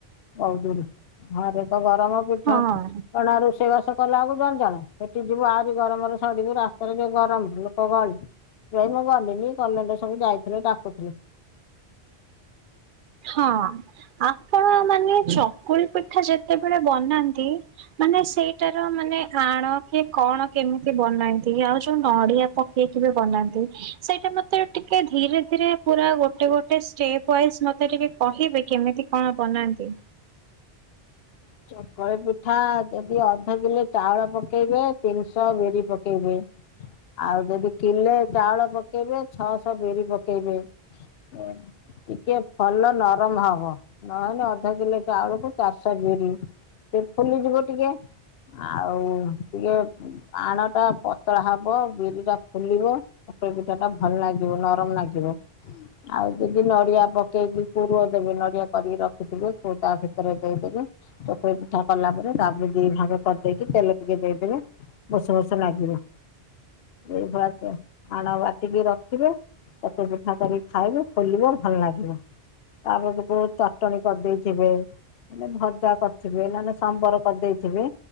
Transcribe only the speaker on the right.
ହଁ
ହଁ ଆପଣ ମାନେ ଚକୁଳିପିଠା ଯେତେବେଳେ ବନାନ୍ତି ମାନେ ସେଇଟାର ମାନେ ଆଣ କି କଣ କେମିତି ବନାନ୍ତି ଆଉ ଯୋଉ ନଡିଆ ପ କଉ ଥିରେ ବନାନ୍ତି ସେଇଟା ମତେ ଟିକେ ଧୀରେ ଧୀରେ ପୁରା ଗୋଟେ ଗୋଟେ ଷ୍ଟେପ୍ ୱାଇଜ୍ ମ ମତେ ଟିକେ କହିବେ କେମିତି କଣ ବନାନ୍ତି?